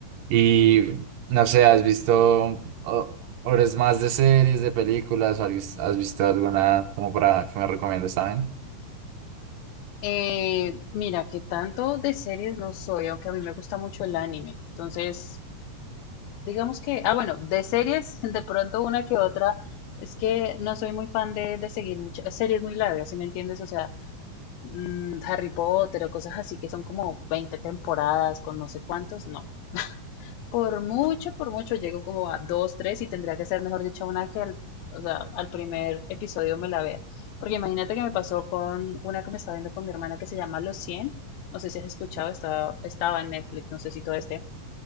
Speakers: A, on the right (about 70°); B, on the left (about 80°).
A: Y no sé, ¿has visto o- horas más de series, de películas? o ¿Has vis- has visto alguna como para que me recomiendes también?
B: Eh, mira, que tanto de series no soy, aunque a mí me gusta mucho el anime. Entonces, digamos que, ah, bueno, de series, <laughs> de pronto una que otra, es que no soy muy fan de, de seguir muchas series muy largas, si me entiendes? O sea, mm, Harry Potter o cosas así que son como 20 temporadas con no sé cuántos, no. Por mucho, por mucho llego como a dos, tres y tendría que ser, mejor dicho, una que al, o sea, al primer episodio me la vea. Porque imagínate que me pasó con una que me estaba viendo con mi hermana que se llama Los cien No sé si has escuchado, estaba, estaba en Netflix, no sé si todo este.